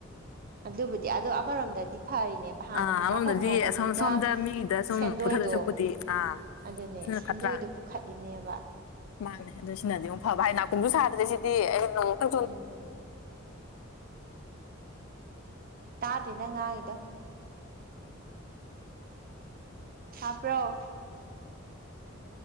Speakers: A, on the right; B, on the left.
A: ꯑꯗꯨꯕꯨꯗꯤ ꯑꯗꯣ ꯑꯃꯔꯣꯝꯗꯗꯤ ꯐꯔꯤꯅꯦꯕ ꯍꯥꯟꯅ
B: ꯑꯥ
A: ꯄꯩꯁꯥ
B: ꯑꯃꯔꯣꯝꯗꯗꯤ
A: ꯐꯪꯍꯧꯕꯗꯨꯅ
B: ꯑꯁꯣꯝ ꯁꯣꯝꯗ ꯃꯤꯒꯤꯗ ꯁꯨꯝ
A: ꯁꯦꯟꯗꯣꯏꯗꯣ
B: ꯄꯨꯊꯗꯣꯏ ꯁꯔꯨꯛꯄꯨꯗꯤ ꯑꯥ
A: ꯑꯗꯨꯅꯦ
B: ꯁꯤꯅ
A: ꯁꯦꯟꯗꯣꯏꯗꯣ
B: ꯐꯠꯇ꯭ꯔꯥ
A: ꯄꯨꯈꯠꯂꯤꯅꯦꯕ
B: ꯃꯥꯅꯦ ꯑ ꯑꯗꯨ ꯁꯤꯅꯗꯤ ꯑꯃꯨꯛ ꯐꯕ ꯍꯥꯏꯅ ꯀꯣꯡꯖꯨ ꯁꯥꯗ꯭ꯔꯦ ꯁꯤꯗꯤ ꯑꯩꯣꯡ
A: ꯎꯝ ꯇꯥꯗ꯭ꯔꯤ ꯅꯪ ꯉꯥꯡꯗꯣ ꯇꯥꯕ꯭ꯔꯣ